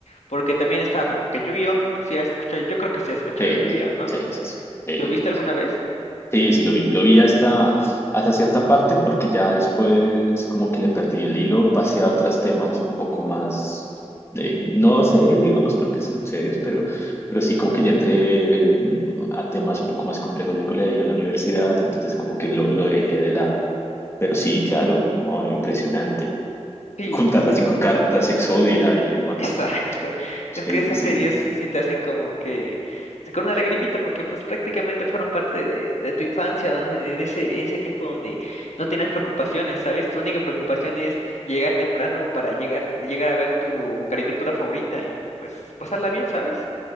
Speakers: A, on the left; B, on the left.
A: porque también estaba como que Yu-Gi-Oh! Sí, has escuchado- yo creo que sí has escuchado
B: Sí,
A: de Yu-Gi-Oh!,
B: sí,
A: ¿no?
B: sí, sí, sí. Sí,
A: ¿Lo viste alguna
B: sí.
A: vez?
B: Sí, sí, lo vi. Lo vi hasta, hasta cierta parte porque ya después como que le perdí el hilo, pasé a otros temas un poco más, eh, no serios, digamos, porque son serios, pero, pero sí como que ya entré mm, a temas un poco más complejos del colegio, la universidad, entonces como que lo, lo dejé de lado. Pero sí, claro, ¿no? Impresionante.
A: Sí,
B: Juntar las cinco cartas, Exodia y demás.
A: <laughs> exacto.
B: o sea, sí,
A: Es que esas
B: sí.
A: series sí te hacen como que sacar una lagrimita, porque pues prácticamente fueron parte de, de tu infancia, donde- en ese, en ese tiempo donde no tienes preocupaciones, ¿sabes? Tu única preocupación es llegar temprano para llegar, llegar a ver tu caricatura favorita y pues pasarla bien, ¿sabes?